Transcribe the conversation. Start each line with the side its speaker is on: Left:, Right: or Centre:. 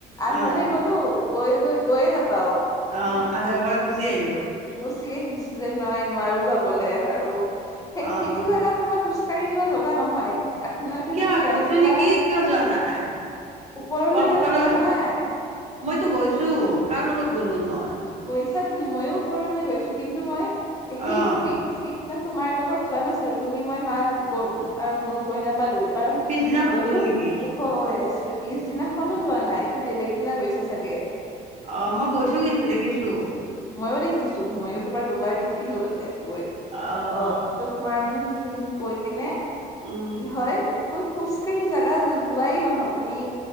Left: আধালে
Right: অ',
Left: গলোঁ গৈ গৈ গৈয়ে নাপাওঁ।
Right: অ আধাৰ পৰা গুচি আহিলোঁ।
Left: গুচি আহিছোঁ যে নাই নোৱাৰোঁ যাবলৈ আৰু। সেইখিনিতে
Right: অ',
Left: জেগাত তোমাৰ খোজকাঢ়ি যোৱা জগা নহয় এ নহয় তুমি
Right: কিয় গৈছো
Left: ৰাতিপুৱা
Right: নেকি কিয় যোৱা নাই
Left: ওপৰলে
Right: পুৱা মক্কালৈ?
Left: যোৱা নাই
Right: মইতো গৈছোঁ কাৰ লগত গ'লোঁ মই
Left: গৈছা তুমি মইয়ো ওপৰলৈ গৈছোঁ কিন্তু মই সেই
Right: অ',
Left: সেই সেইদিনা তোমাৰ লগত যোৱা নাছিলোঁ তুমি, মই, মা গ আৰু মুনু গৈ নাপালোঁ। কাৰণ
Right: পিছদিনাখন
Left: বহুত
Right: গ'লো নেকি
Left: ওখ। ওখ হৈ আছিলে পিছদিনাখনো যোৱা নাই তুমি বেলেগ দিনা গৈছা চাগে।
Right: অ মই গৈছোঁ কিন্তু দেখিছোঁ।
Left: মইয়ো দেখিছোঁ মইয়ো তোমাৰ দুবাৰ দেখিছোঁ তাতে গৈ
Right: অ',
Left: অঁ। ত তোমাৰ মানে সেইখিনিত কয় কিনে
Right: উম।
Left: কি হয় ইমান খোজ কাঢ়ি জাগা যোৱাই নহয় তুমি